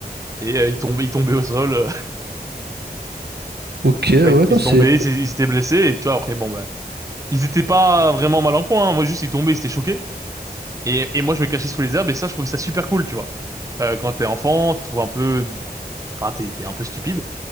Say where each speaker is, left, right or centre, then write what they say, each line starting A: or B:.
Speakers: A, on the right; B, on the right.
A: et euh, ils tombaient, ils tombaient au sol, euh,
B: Ok,
A: <laughs>
B: ouais,
A: bah, ils ils
B: non, c'est...
A: tombaient, ils s'é- ils s'étaient blessés et tu vois après bon bah ils étaient pas vraiment mal en point, hein. moi juste ils tombaient, ils étaient choqués et et moi je me cachais sous les herbes et ça je trouvais ça super cool, tu vois. Euh, quand t'es enfant, tu trouves un peu, bah, t'es t'es un peu stupide